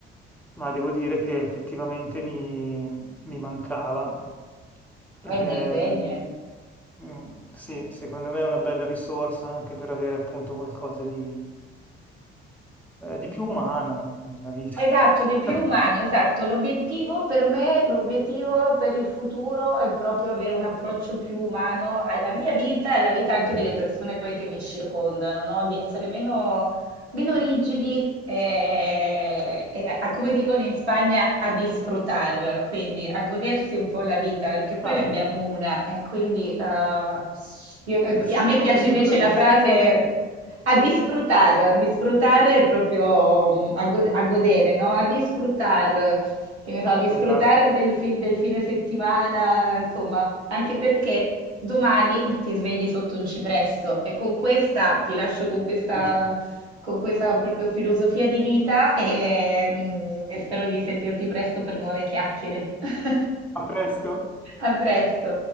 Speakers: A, in the centre; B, on the right.
A: ma devo dire che effettivamente mi, mi mancava. Ed
B: bene,
A: è,
B: bene.
A: mh, Mm, sì, secondo me è una bella risorsa anche per avere appunto qualcosa di, eh, di più umano nella vita.
B: Esatto, di più
A: <laughs>
B: umano, esatto. L'obiettivo per me, l'obiettivo per il futuro è proprio avere un approccio più umano alla mia vita e alla vita anche delle persone poi che mi circondano, no? Di essere meno meno rigidi e, e a- come dicono in Spagna, a disfrutar, quindi a godersi un po' la vita, perché poi
A: Ah.
B: ne abbiamo una e quindi eh, io- e
A: Sì, sì,
B: a me
A: come
B: piace
A: che dicono?
B: invece la
A: Ripetimelo.
B: frase a disfrutar, disfrutar è proprio mm, a, go- a godere, no? A disfrutar, che ne so, a disfrutar
A: Fantastico.
B: del, fin- del fine settimana, insomma, anche perché domani ti svegli sotto un cipresso e con questa ti lascio con questa
A: Giusto.
B: con questa proprio filosofia di vita e, mm, e spero di sentirti presto per nuove chiacchiere. <laughs>
A: A presto.
B: A presto.